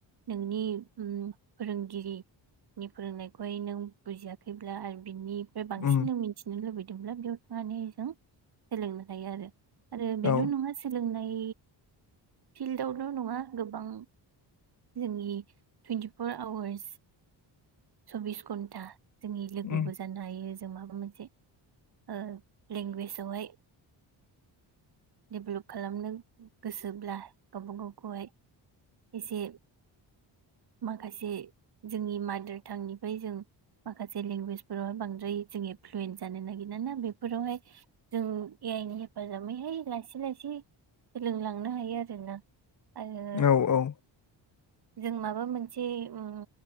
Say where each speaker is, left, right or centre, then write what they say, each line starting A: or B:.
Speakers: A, on the right; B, on the left.
A: नोंनि उम फोरोंगिरिनि फोरोंनायखौहाय नों बुजियाखैब्ला आरो बिनि ओमफ्राय बांसिननो
B: उम
A: मिथिनो लुबैदोंब्ला बेयाव थांनानै जों सोलोंनो हायो आरो आरो
B: औ
A: बेल' नङा सोलोंनाय फिल्डआवल' नङा गोबां जोंनि टुइन्टिफर आवार्स चबिस घन्टा जोंनि लोगोबो
B: उम
A: जानो हायो। जों माबा मोनसे ओ लेंगुवेजयावहाय देबलब खालामनो गोसोब्ला गावबा गावखौहाय एसे माखासे जोंनि मादार बिथां निफ्राय जों माखासे लेंगुवेजफोरावहाय बांद्राय जों इनफ्लुयेन्स जानो नागिर ना बेफोरावहाय जों ए आइनि हेफाजाबैहाय लासै लासै सोलोंलांनो हायो आरोना आरो
B: औ औ
A: जों माबा मोनसे उम